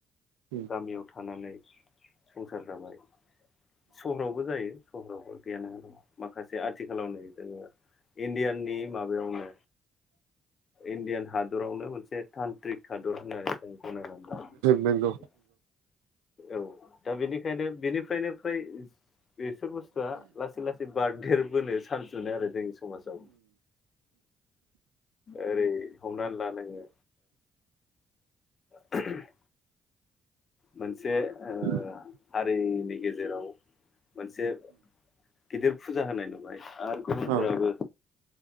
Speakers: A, on the right (about 85°); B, on the left (about 50°).
A: नंगौ
B: गामियाव थानानै। संसार जाबाय। सहरावबो जायो। सहावबो गैयाना माखासे आथिखालाव नै। जोङो इण्डियाननि माबायावनो इण्डियान हादरावनो मोनसे तान्त्रिक हादर होननानै जों गनायनानै लानांगोन।
A: नंगौ
B: औ दा बेनिखायनो बेनिफ्रायनो फ्राय बेसोर बुस्थुआ लासै लासै बारदेरबोनो सानस <unintelligible> समाजाव ओरै हमनानै ला नोङो। <unintelligible> मोनसे
A: <unintelligible>
B: ओ हारिनि गेजेराव। मोनसे गिदिर फुजा होनाय नुबाय आरो गुबुनफोराबो
A: औ